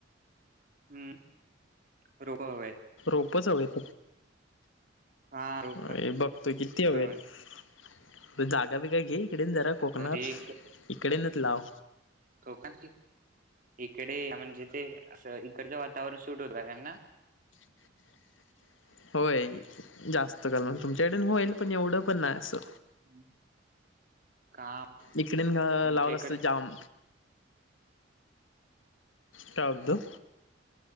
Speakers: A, on the right; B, on the left.
A: हम्म रोप हवेत
B: खूपच हवेत
A: हा रोप
B: अ बघतोय किती हवेत
A: हवेत
B: जागा बिगा घे इकडेन जरा कोकणात
A: तर एक
B: इकडेनच लाव
A: कोकण की इकडे म्हणजे ते असं इकडचं वातावरण सुूट होतं त्यांना
B: <unintelligible> होय जास्त क तुमच्याकडेन होईल पण एवढं पण नाही असं.
A: हम्म. काम
B: इकडेन
A: आमच्या
B: लावलं
A: इकडे
B: असतं जाम टवटध